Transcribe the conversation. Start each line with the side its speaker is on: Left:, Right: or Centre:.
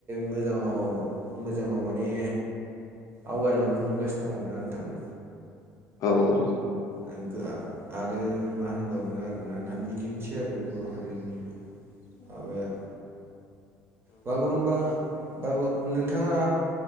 Right: मोजाङाव मोजाङाव माने आवगायलांनो हमगासिनो दं आरोना नोंथां।
Left: औ औ।
Right: आंगोआ आरो मा होनबावनो आरोना नोंथां बिदिनोसै आरो बर' हारिनि
Left: <inaudible>
Right: माबाया बागुरुमबा बागु नोंथाङा